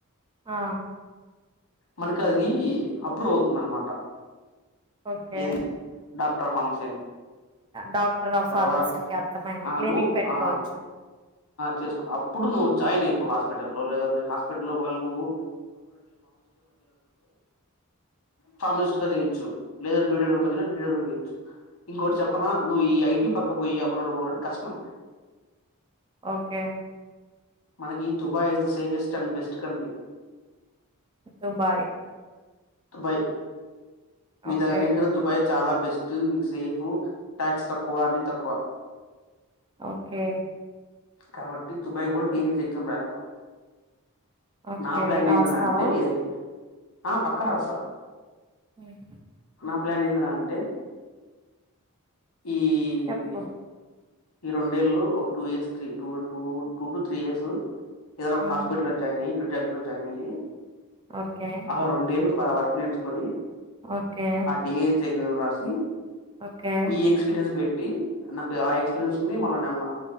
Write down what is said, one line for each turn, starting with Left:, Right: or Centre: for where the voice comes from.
Right: ఆ
Left: మనకు అది అప్రూవ్ అవుతుంది అనమాట.
Right: ఓకే
Left: ఏది doctor pharmacy
Right: doctor of
Left: తర్వాత
Right: pharmacy ఒకే అర్థమైంది
Left: ఆ
Right: క్లినిక్
Left: నువ్వు
Right: పెట్టుకోవచ్చు.
Left: ఆ చేసుకో అప్పుడు నువ్వు జాయిన్ అయిపోవు హాస్పిటల్లోదంట హస్ట ఒక నువ్వు ఫార్సిస్ట్ గానియాలే పనిచేయచ్చు ఇంకోటి చెప్ప నువ ఈ ఐటీ పక్క పోయి అబ్రాడ్ పోవాలంటే కష్టం
Right: ఓకే
Left: మనకి Dubai is the safest and best country.
Right: Dubai
Left: Dubai మిగతా
Right: ఓకే.
Left: అన్నిటికన్నా దుబాయ చాల బెస్ట్. ఫస్ట్ సేఫ్ టాక్స్ తక్కువ అన్ని తక్కువ
Right: ఓకే.
Left: కాబట్టి దుబాయ్ కూడా డిసి ఎగ్జామ్ రాయాలా
Right: ఓకే.
Left: నా ప్లాన్
Right: రాస్తావా?
Left: ఏంది రా అంటే ఇదై ఆ పక్క రాస్తా
Right: ఉమ్
Left: నా ప్లాన్ ఏందిరా అంటే ఈ
Right: చెప్పు
Left: ఈ రెండేళ్ళు ఒక two years three two two three years ఏదయినా ఒక
Right: హ్మ్.
Left: హాస్పిటల్ లో జాయిన్ అయ్యి టూట జాయిన్ అయ్యి
Right: ఓకే.
Left: ఆ రెండేళ్ళు వర్క్ నేర్చుకొని
Right: ఓకే.
Left: ఆ డిఐజి ఎగ్జామ్ రాసి
Right: ఓకే.
Left: ఈ ఎక్స్పీరియన్స్ బెట్ ట్టి నాకు ఆ ఎక్స్ రియన్స్ ఉంది మల్ల నిన్నా